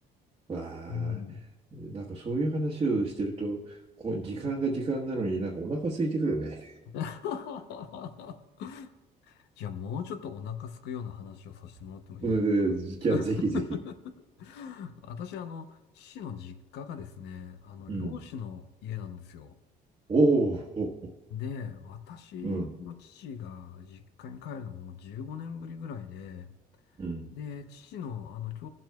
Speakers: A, on the right; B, on the left.
A: わあ、
B: うん。
A: なんかそういう話をしてると、こう時間が時間なのになんかお腹空いてくるね。
B: <laughs> じゃあもうちょっとお腹すくような話をさせてもらってもいいですか
A: <laughs> うん、じゃあぜひぜひ。
B: <laughs> 私、あの、父の実家がですね、あの、
A: うん。
B: 漁師の家なんですよ。
A: おーおー、
B: で、私の父が実家に帰るのももう15年ぶりぐらいで、
A: うん、うん、
B: で、父の、あの、兄